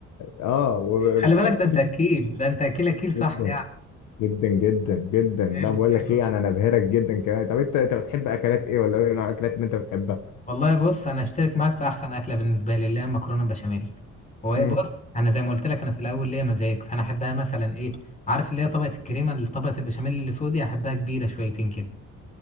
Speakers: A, on the left; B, on the left.
A: اه وبحب
B: خلي بالك ده انت
A: في الس-
B: اكيل ده انت اكيل اكيل صح
A: جدا
B: يعني
A: جدا جدا جدا
B: حلو
A: لا بقول
B: حلو
A: لك ايه يعني انا بهرك جدا كمان طب انت انت بتحب اكلات ايه ولا ايه نوع الاكلات اللي انت بتحبها
B: والله بص انا اشترك معاك في احسن اكله بالنسبه لي اللي هي مكرونه بشاميل هو إيه،
A: مم.
B: بص انا زي ما قلت لك انا في الاول ليا مزاج فانا احبها مثلا ايه عارف اللي هي طبقه الكريمه اللي طبقه البشاميل اللي فوق دي احبها كبيره شويتين كده